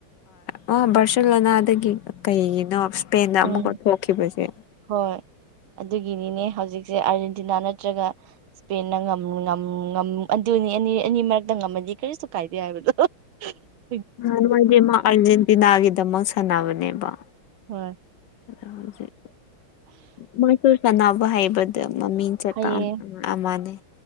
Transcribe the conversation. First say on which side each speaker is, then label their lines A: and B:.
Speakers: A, on the left; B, on the right.
A: ꯍꯣꯏ ꯕꯥꯔꯁꯦꯂꯣꯅꯥꯗꯒꯤ ꯀꯩꯒꯤꯅꯣ ꯏꯁꯄꯦꯟꯗ
B: ꯎꯝ
A: ꯑꯃꯨꯛꯀ ꯊꯣꯛꯈꯤꯕꯁꯦ
B: ꯍꯣꯏ ꯑꯗꯨꯒꯤꯅꯤꯅꯦ ꯍꯧꯖꯤꯛꯁꯦ ꯑꯥꯔꯖꯦꯟꯇꯤꯅꯥ ꯅꯠꯇ꯭ꯔꯒ ꯏꯁꯄꯦꯟꯅ ꯉꯝ ꯉꯝ ꯉꯝ ꯑꯗꯨꯅꯤ ꯑꯅꯤ ꯑꯅꯤ ꯃꯔꯛꯇ ꯉꯝꯃꯗꯤ ꯀꯔꯤꯁꯨ ꯀꯥꯏꯗꯦ ꯍꯥꯏꯕꯗꯣ ꯍꯨꯝ
A: ꯅꯣꯉꯥꯏꯗꯤ ꯃꯥ ꯑꯥꯔꯖꯦꯟꯇꯤꯅꯥꯒꯤꯗꯃꯛ ꯁꯥꯟꯅꯕꯅꯦꯕ
B: ꯍꯣꯏ
A: ꯑꯗ ꯍꯧꯖꯤꯛ ꯃꯣꯏꯁꯨ ꯁꯥꯟꯅꯕ ꯍꯥꯏꯕꯗ ꯃꯃꯤꯡ ꯁꯦꯇꯥꯝ
B: ꯍꯩꯌꯦ
A: ꯑꯃꯅꯤ